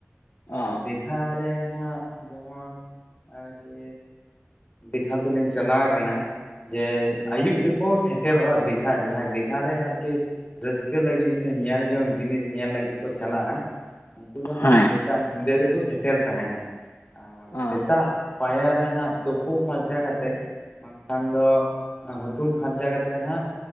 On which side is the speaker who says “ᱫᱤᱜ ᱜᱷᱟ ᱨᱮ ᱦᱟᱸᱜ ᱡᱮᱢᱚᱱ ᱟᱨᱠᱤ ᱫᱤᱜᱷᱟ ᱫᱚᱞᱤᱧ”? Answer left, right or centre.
Left